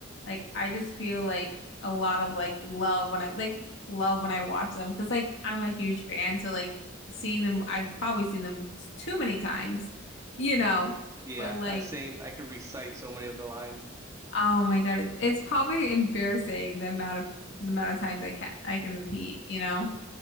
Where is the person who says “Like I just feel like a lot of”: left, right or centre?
Left